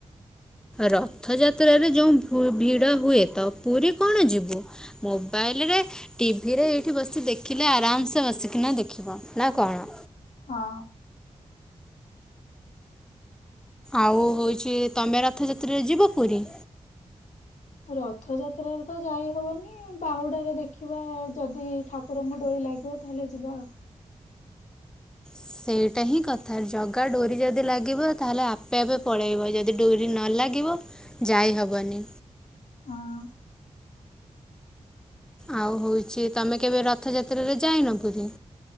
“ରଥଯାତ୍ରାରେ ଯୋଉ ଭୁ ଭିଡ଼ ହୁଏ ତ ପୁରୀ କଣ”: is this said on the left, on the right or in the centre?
Centre